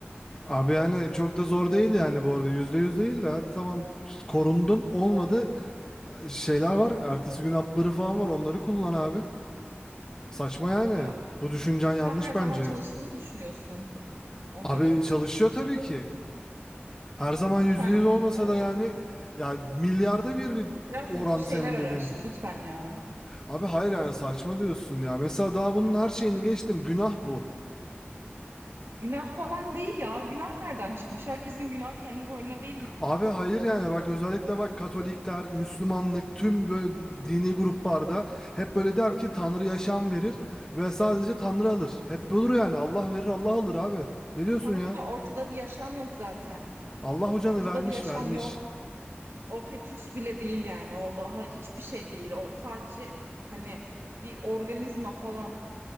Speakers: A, on the left; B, on the right.
A: Abi yani çok da zor değil yani bu arada. Yüzde yüz değil de hadi tamam korundun olmadı. Şeyler var. Ertesi gün hapları falan var. Onları kullan abi. Saçma yani.
B: Ya
A: Bu düşüncen yanlış
B: sen her
A: bence.
B: zaman çalıştığını mı düşünüyorsun onların.
A: Abi çalışıyor tabii ki. Her zaman
B: Lütfen
A: %100 olmasa
B: yani
A: da yani ya milyarda bir bir
B: biraz
A: oran
B: git bir şeyler
A: senin
B: araştır
A: dedin.
B: lütfen ya.
A: Abi hayır yani saçma diyorsun ya. Mesela daha bunun her şeyini
B: Yok
A: geçtim. Günah bu.
B: günah falan değil ya. Günah nereden çıkmış? Herkesin günahı kendi boynuna değil mi?
A: Abi hayır yani bak özellikle bak Katolikler, Müslümanlık tüm böyle dini gruplarda hep böyle der ki Tanrı yaşam verir ve sadece Tanrı alır. Hep olur yani Allah verir Allah alır abi. Ne diyorsun
B: Tamam
A: ya?
B: da ortada bir yaşam yok zaten.
A: Allah hocanı
B: Ortada
A: vermiş
B: bir yaşam
A: vermiş.
B: yok. O fetüs bile değil yani. O daha hiçbir şey değil. O sadece hani bir organizma falan.